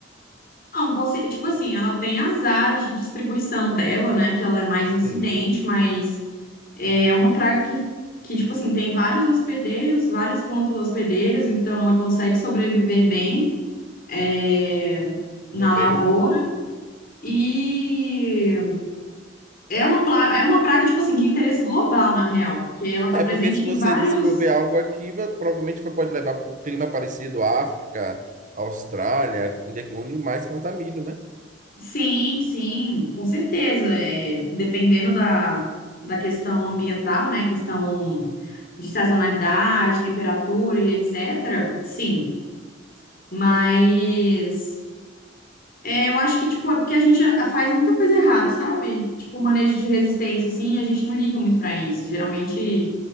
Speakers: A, on the left; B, on the right.
A: Não, possi- tipo assim, ela tem as áreas de distribuição dela, né? Que ela é mais incidente,
B: Sim,
A: mas é uma praga que, que, tipo assim, tem vários hospedeiros, várias plantas hospedeiras, então ela consegue sobreviver bem é, na
B: no meio,
A: lavoura.
B: né?
A: E é uma, pla- é uma praga, tipo assim, de interesse global, na real, porque ela tá
B: É,
A: presente
B: porque se você
A: em vários.
B: desenvolver algo aqui, vai- provavelmente vai- pode levar para o clima parecido, África, Austrália, onde, é que- onde mais planta milho, né?
A: Sim, sim, com certeza. É, dependendo da, da questão ambiental, né? Questão de sazonalidade, temperatura e etc. Sim, mas é, eu acho que tipo é porque a gente a- faz muita coisa errada, sabe? Tipo manejo de resistência assim, a gente não liga muito para isso. Geralmente